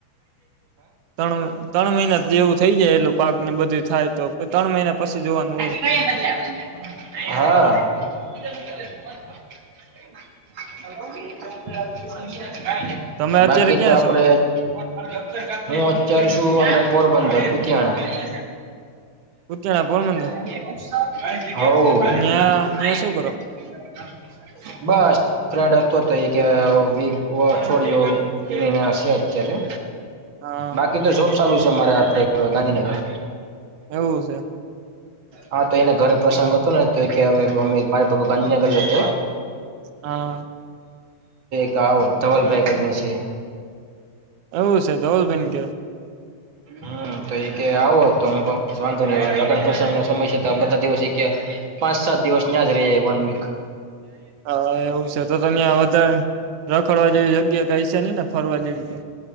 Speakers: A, on the right; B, on the right.
A: ત્રણ ત્રણ મહિના જેવું થઈ જાય એટું પાક ને બધું થાય તો ત્રણ મહિના પછી જોવાનું હોય.
B: બીચ મેં દૂસરો કે ધમની આ રહી હૈ. બીચ મેં કિસી ઓર કી અવાજ આ
A: તમે
B: રહી
A: અત્યારે ક્યાં
B: હૈ.
A: છો
B: સહી અવાજ નહીં આ રહી હે.
A: ઉત્તરાયણ પોરબંદર
B: <unintelligible> <inaudible>
A: ન્યા ન્યા શું કરો
B: બસ. ફ્રેન્ડ હતો હતો કે વીક અઠવાડિયયોિને હશે અત્યારે.
A: હા
B: બાકી તો જોબ ચાલુ છે અમારે આપડે ગાંધીનગર.
A: એવું છે
B: હા તો એને ઘરે પ્રસંગ હતો ને તો કે. બ બંધને કરસ હત.
A: હા
B: તો આવો ધબલભાઈ કરની છે.
A: એવું છે તોોલ બેન કે.
B: હ. હમ તો એ આવો તો વાંધો નહી લગ્ન પ્રસંગ નો સમય છે તો બધા દિવસ. પાંચ સાત દિવસ ન્યાજ ર વન વીક.
A: હા એવું છે તો <unintelligible> રખડવા જેવી જગ્યા કઈ છે નઈ ને ફરવા જેવી? કે